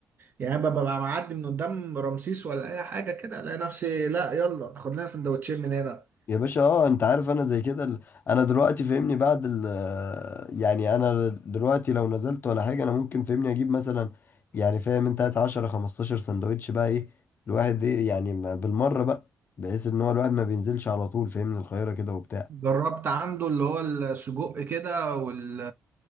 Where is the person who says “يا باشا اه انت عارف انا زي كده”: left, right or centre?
Left